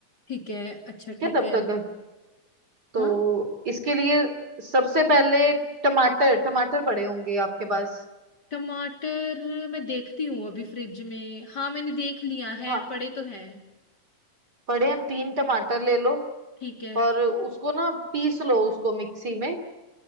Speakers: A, on the left; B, on the right.
A: ठीक है अच्छा
B: ठीक
A: ठीक
B: है तब
A: है
B: तक तो
A: हाँ
B: इसके लिए सबसे पहले टमाटर टमाटर पड़े होंगे आपके पास
A: टमाटर मैं देखती हूँ अभी फ्रिज में हाँ मैंने देख लिया है
B: हाँ
A: पड़े तो हैं
B: पड़े हैं तीन टमाटर ले लो
A: ठीक है
B: और उसको ना पीस लो उसको मिक्सी में